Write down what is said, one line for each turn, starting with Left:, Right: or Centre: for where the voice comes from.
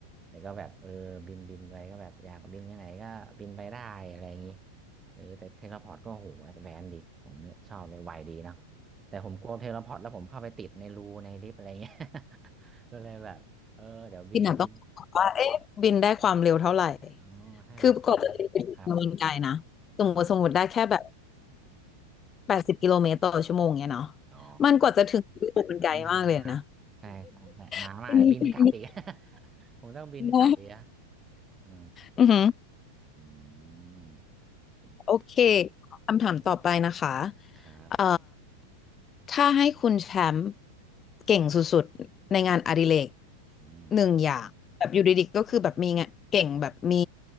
Right: แต่ก็แบบเออบินบินไปก็แบบอยากบินไปไหนก็บินไปได้อะไรอย่างนี้เออแต่เทเลพอร์ตก็โหแอดแวนซ์ดีผมชอบเลยไวดีเนาะแต่ผมกลัวเทเลพอร์ตแล้วผมเข้าไปติดในรูในลิฟต์อะไรเงี้ย <laughs> ก็เลยแบบ เออเดี๋ยวบินบิน
Left: ที่หนาต้องบอกว่าเอ๊ะบินได้ความเร็วเท่าไหร่
Right: อ๋อให้แบบอาจจะแบบครับ
Left: คือกว่าจะเดินไปถึงเนี่ยมันไกลนะสมมติสมมติได้แค่แบบ
Right: อืม
Left: แปดสิบกิโลเมตรต่อชั่วโมงเนี่ยเนาะ
Right: อ๋อ
Left: มันกว่าจะถึงยุโรปมันไกลมากเลยนะ
Right: นานนานใช่ใช่ใช่นานมากแล้วบินกลับอีก
Left: <laughs> ทีนี้ทีนี้
Right: <laughs> ผมต้องบินกลับอีกอะ
Left: แม
Right: อ๋อ
Left: อือหือ
Right: อืมโอเค
Left: โอเคคำถามต่อไปนะคะ
Right: ครับ
Left: เอ่อถ้าให้คุณแชมป์เก่งสุดๆในงานอดิเรก
Right: อืม
Left: หนึ่งอย่างแบบอยู่ดีๆก็คือแบบมีงานเก่งแบบมี